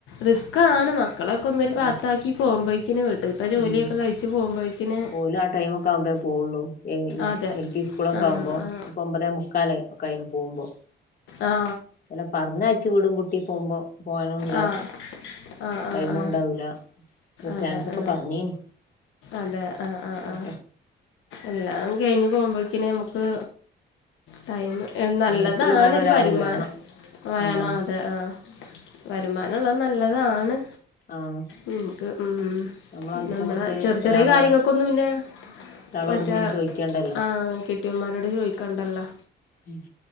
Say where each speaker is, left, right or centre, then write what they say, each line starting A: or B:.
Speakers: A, on the left; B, on the left.
A: റിസ്ക്കാണ് മക്കളൊക്കെ ഒന്നൊരു പാത്താക്കി
B: ആണ്
A: പോകുമ്പോഴ് ത്തിന് വിട് ഇപ്പൊ ജോലിയൊക്കെ
B: ഉം
A: കഴിച്ച് പോവുമ്പോഴ്ക്ക്ന്
B: ഓല് ആ ടൈമൊക്കെ ആവ്മ്പഴേ പോവൊള്ളു എങ്കിലും
A: അതെ
B: എൽ പി സ്കൂളൊക്കെ
A: ആ
B: ആവുമ്പോ
A: ആ
B: പ്പൊ ഒമ്പതേ മുക്കാലായി. ക്കായിന് പോവുമ്പോ
A: ആ
B: അല്ല പറഞ്ഞയ്ച്ച് വീടും പൂട്ടി പോവുമ്പോ. പോകാനുള്ള
A: ആ ആ
B: ടൈമുണ്ടാവുല
A: ആ ആ ആ
B: ഒരു
A: അതെ
B: ചാൻസ് ക്ക
A: ആ
B: പറഞ്ഞീനി
A: അതെ ആ ആ ആ
B: ഒക്ക
A: എല്ലാം കഴിഞ്ഞ് പോകുമ്പോക്കിന് നമ്മക്ക് ടൈമ് എൻ നല്ലതാണ്
B: വീട്ടില് വേറെ
A: ഒരു
B: ഒരാള്
A: വരുമാ
B: വേണം
A: വേണം
B: ആഹ്
A: അ തെ ആഹ് വരുമാനള്ളത് നല്ലതാണ്.
B: ആഹ്
A: ഉം മ്മക്ക് ഉം
B: നമ്മളെ ആവശ്യങ്ങൾക്ക്
A: നമ്മടെ ചെറി ചെറിയ
B: ഒരാളെ
A: കാര്യങ്ങൾക്കൊന്നും പിന്നെ
B: ഒരാളോട്
A: മറ്റേ
B: ഇങ്ങനെ ചോദിക്കണ്ടല്ലോ
A: ആഹ് കെട്ടിയന്മാരോട് ചോയ്ക്കണ്ടല്ലോ
B: ഉം